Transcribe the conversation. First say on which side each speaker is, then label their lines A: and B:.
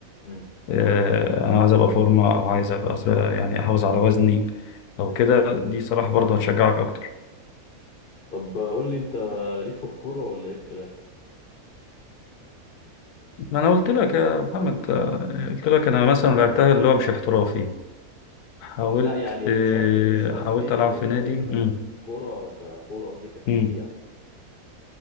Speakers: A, on the left (about 60°); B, on the left (about 85°).
A: امم
B: آه، انا عايز ابقى فورمه او عايز ابقى أص- يعني احافظ على وزني او
A: امم
B: كده دي صراحه برضه هتشجعك اكتر
A: طب قول لي انت ليك في الكوره ولا ايه الكلام
B: ما انا قلت لك يا محمد آه، قلت لك انا مثلا لعبتها اللي هو مش احترافي حاولت
A: لا يعني
B: آه،
A: مش قصدي مش قصدي
B: حاولت العب في
A: آه،
B: نادي مم.
A: كرة ككرة قصدي كتشجيع
B: مم.